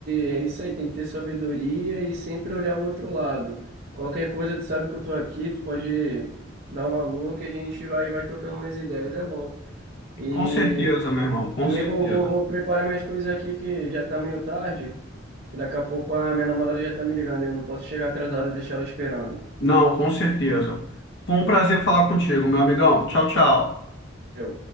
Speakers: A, on the right; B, on the left.
A: é isso aí, tem que ter sabedoria e sempre olhar o outro lado. Qualquer coisa, tu sabe que eu tô aqui, tu pode dar um alô que a gente vai, vai trocando umas ideias, é bom. E
B: Com certeza, meu irmão, com
A: também
B: certeza.
A: vou, vou, vou preparar minhas coisas aqui que já tá meio tarde. E daqui a pouco a minha namorada já tá me ligando, e eu não posso chegar atrasado e deixar ela esperando.
B: Não, com certeza. Foi um prazer falar contigo, meu amigão. Tchau, tchau.
A: Eu.